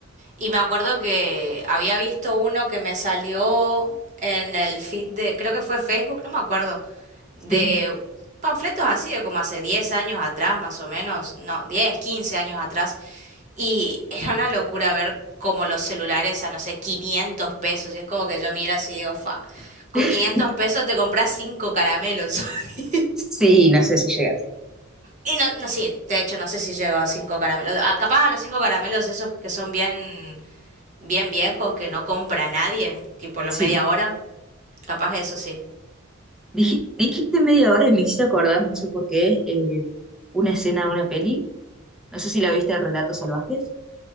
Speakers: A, on the right; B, in the centre.
A: y me acuerdo que había visto uno que me salió en el feed de, creo que fue Facebook, no me acuerdo, de
B: Sí,
A: panfletos así de como hace 10 años atrás, más o menos, no, 10 15 años atrás. Y era una locura ver como los celulares a, no sé, 500 pesos. Y es como que yo miro así y digo, fa, con
B: <laughs>
A: 500 pesos te compras 5 caramelos. <laughs>
B: Sí, no sé si llegas.
A: y no, no, sí, de hecho no sé si llego a 5 caramelos. Ah, capaz a los 5 caramelos esos que son bien bien viejos que no compra nadie, tipo los
B: sí.
A: media hora, capaz que eso sí.
B: Dij- dijiste media hora y me hiciste acordar, no sé por qué, eh, una escena de una peli. No sé si la viste de Relatos Salvajes.